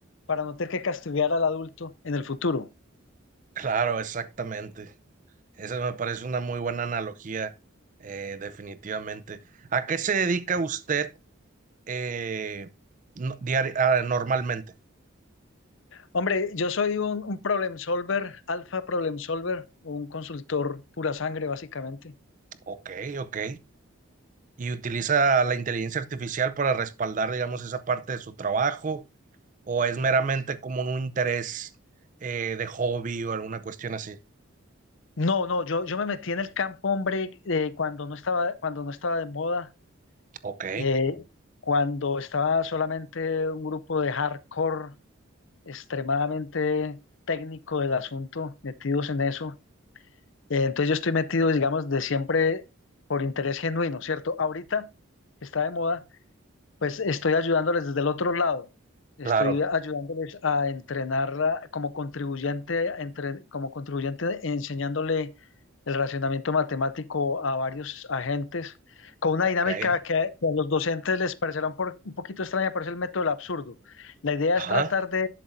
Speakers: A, on the left; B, on the right.
A: para no tener que castigar al adulto en el futuro.
B: Claro, exactamente. Esa me parece una muy buena analogía, eh, definitivamente. ¿A qué se dedica usted eh, no- diari- ah, normalmente?
A: Hombre, yo soy un, un problem solver, alfa problem solver, un consultor pura sangre, básicamente.
B: Ok, ok. ¿Y utiliza la inteligencia artificial para respaldar, digamos, esa parte de su trabajo? ¿O es meramente como un interés eh, de hobby o alguna cuestión así?
A: No, no, yo, yo me metí en el campo, hombre, eh, cuando no estaba, cuando no estaba de moda,
B: Ok,
A: eh, cuando estaba solamente un grupo de hardcore extremadamente técnico del asunto, metidos en eso. Eh, entonces yo estoy metido, digamos, de siempre por interés genuino, ¿cierto? Ahorita está de moda pues estoy ayudándoles desde el otro lado. Estoy
B: claro,
A: ayudándoles a entrenarla como contribuyente, a entre- como contribuyente enseñándole el racionamiento matemático a varios agentes con una
B: ok.
A: dinámica que, a que a los docentes les parecerá un, por- un poquito extraña, pero es el método del absurdo. La idea
B: Ajá.
A: es tratar de,